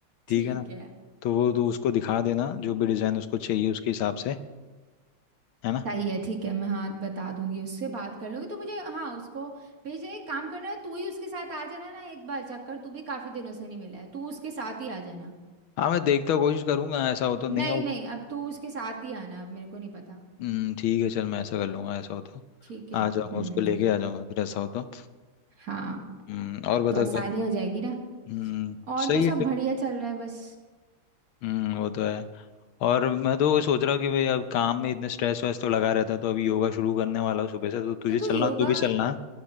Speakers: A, on the left (about 70°); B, on the right (about 40°).
A: ठीक
B: ठीक
A: है ना
B: है
A: तो वो तू उसको दिखा देना जो भी डिज़ाइन उसको चाहिए उसके हिसाब से है ना
B: सही है ठीक है मैं हाँ बता दूंगी उससे बात कर लूंगी तो मुझे हाँ उसको भेजना एक काम करना है तू ही उसके साथ आ जाना ना एक बार चक्कर तू भी काफी दिनों से नहीं मिला है तू उसके साथ ही आ जाना
A: हाँ मैं देखता कोशिश करूंगा ऐसा हो तो नहीं
B: नहीं
A: हो
B: नहीं अब तू उसके साथ ही आना अब मेरे को नहीं पता
A: हम्म, ठीक है चल मैं ऐसा कर लूंगा ऐसा हो तो
B: ठीक है
A: आ जाऊंगा
B: हम्म
A: उसको लेके आ जाऊंगा फिर ऐसा हो तो
B: हाँ
A: हम्म, और बता
B: तो आसानी
A: कर
B: हो जाएगी ना
A: हम्म
B: और
A: सही
B: तो सब
A: है फिर
B: बढ़िया चल रहा है बस
A: हम्म वो तो है और मैं तो वही सोच रहा हूँ कि भाई अब काम में इतने स्ट्रेस वैस तो लगा रहता है तो अभी योगा शुरू करने वाला हूँ सुबह से तो तुझे
B: तो
A: चलना
B: तू योगा
A: तू भी चलना है।